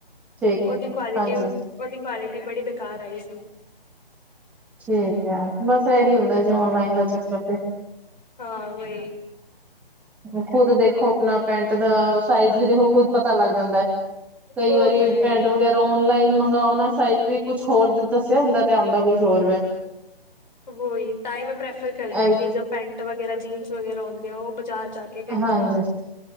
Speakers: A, in the centre; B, on the left.
A: ਠੀਕ
B: ਉਹਦੀ
A: ਹੈ
B: ਕੁਆਲਿਟੀ
A: ਹਾਂਜੀ
B: ਉਹਦੀ ਕੁਆਲਿਟੀ ਬੜੀ ਬੇਕਾਰ ਆਈ ਸੀ
A: ਠੀਕ ਹੈ, ਬਸ ਇਹੀ ਹੁੰਦਾ ਜੇ ਓਨਲਾਈਨ ਦਾ ਚੱਕਰ ਤੇ
B: ਹਾਂ ਵਹੀ
A: ਉਹ ਖੁਦ ਦੇਖੋ ਆਪਣਾ, ਪੈਂਟ ਦਾ ਸਾਈਜ਼ ਵੀ ਦੇਖੋ ਖੁਦ ਪਤਾ ਲੱਗ ਜਾਂਦਾ ਹੈ, ਕਈ
B: ਉਹ
A: ਵਾਰੀ
B: ਤਾਂ ਹੈ
A: ਪੈਂਟ
B: ਹੀ
A: ਵਗੈਰਾ ਓਨਲਾਈਨ ਮੰਗਾਓ ਨਾ ਸਾਈਜ਼ ਵੀ ਕੁਛ ਹੋਰ ਦ ਦੱਸਿਆ ਹੁੰਦਾ ਤੇ, ਆਉਂਦਾ ਕੁਛ ਹੋਰ ਵੇ
B: ਵੋਹੀ, ਤਾਂ ਹੀ ਮੈਂ ਪ੍ਰੈਫਰ ਕਰਦੀ
A: ਇਹ
B: ਹਾਂ
A: ਵੀ
B: ਕਿ ਜੋ ਪੈਂਟ ਵਗੈਰਾ ਜੀਨਸ ਵਗੈਰਾ ਹੁੰਦੀ ਆ ਉਹ ਬਾਜ਼ਾਰ ਜਾ ਕੇ ਖਰੀਦਾਂ
A: ਹਾਂਜੀ,